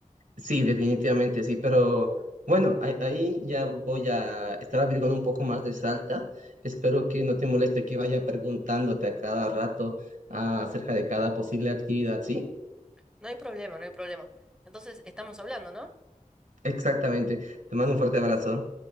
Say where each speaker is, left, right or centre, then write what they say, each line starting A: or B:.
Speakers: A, on the right; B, in the centre.
A: sí, definitivamente sí, pero bueno, ahí, ahí ya voy a estar averiguando un poco más de Salta. Espero que no te moleste que vaya preguntándote a cada rato ah, acerca de cada posible actividad, ¿sí?
B: No hay problema, no hay problema. Entonces estamos hablando, ¿no?
A: Exactamente. Te mando un fuerte abrazo.